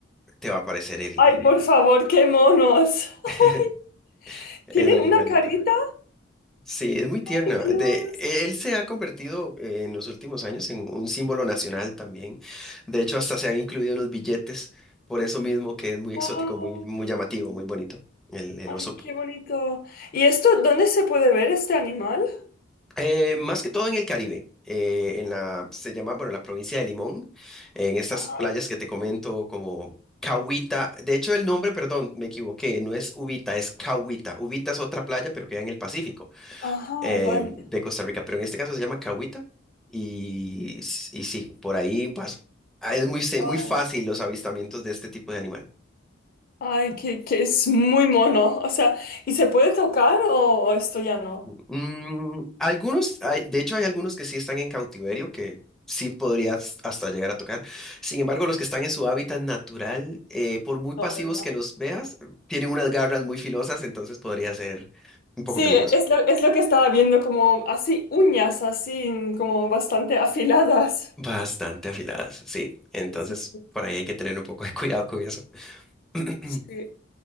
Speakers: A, in the centre; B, on the left (about 50°).
A: te va a aparecer el,
B: Ay,
A: el,
B: por favor, qué monos. <laughs>
A: <laughs>
B: Ay,
A: el
B: tienen
A: animalito.
B: una carita.
A: Sí, es muy tierna.
B: Ay, Dios.
A: De, e- él se ha convertido eh, en los últimos años en un símbolo nacional también. De hecho, hasta se han incluido en los billetes, por eso mismo que es muy exótico,
B: Wow.
A: muy, muy llamativo, muy bonito, el, el
B: Ay,
A: oso
B: qué bonito. ¿Y esto, dónde se puede ver este animal?
A: Eh, más que todo en el Caribe, eh, en la, se llama, bueno, la provincia de Limón, en estas
B: Ajá.
A: playas que te comento como Cahuita, de hecho el nombre, perdón, me equivoqué, no es Ubita, es Cahuita, Ubita es otra playa, pero queda en el Pacífico
B: Ajá,
A: eh,
B: vale.
A: de Costa Rica, pero en este caso se llama Cahuita y, s- y sí, por ahí vas, ah, es muy, se-
B: Wow.
A: muy fácil los avistamientos de este tipo de animales.
B: Ay, que, que es muy mono. O sea, ¿y se puede tocar o, o esto ya no?
A: Mm, algunos, hay- de hecho hay algunos que sí están en cautiverio, que sí podrías hasta llegar a tocar. Sin embargo, los que están en su hábitat natural, eh, por muy pasivos
B: No, ¿verdad?
A: que los veas, tienen unas garras muy filosas, entonces podría ser un poco
B: Sí,
A: peligroso.
B: es lo, es lo que estaba viendo, como así uñas, así como bastante afiladas.
A: Bastante afiladas, sí. Entonces,
B: Sí, sí, sí.
A: por ahí hay que tener un poco de <laughs> cuidado con eso. <clears throat>
B: Sí.